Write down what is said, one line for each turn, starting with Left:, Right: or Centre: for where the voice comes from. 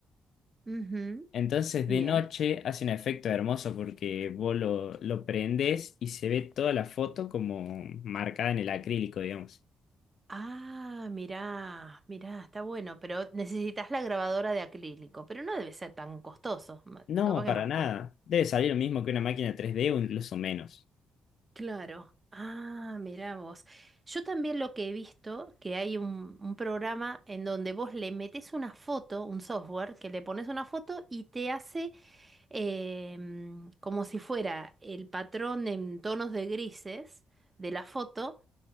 Right: Ujú.
Left: Entonces
Right: Bien.
Left: de noche hace un efecto hermoso porque vos lo, lo prendés y se ve toda la foto como marcada en el acrílico, digamos.
Right: Ah, mirá, mirá, está bueno, pero necesitas la grabadora de acrílico, pero no debe ser tan costoso, ma-
Left: No,
Right: capaz
Left: para
Right: que más,
Left: nada. Debe salir lo mismo que una máquina 3D o incluso menos.
Right: Claro. Ah, mirá vos. Yo también lo que he visto, que hay un, un programa en donde vos le metes una foto, un software, que le pones una foto y te hace em, como si fuera el patrón en tonos de grises de la foto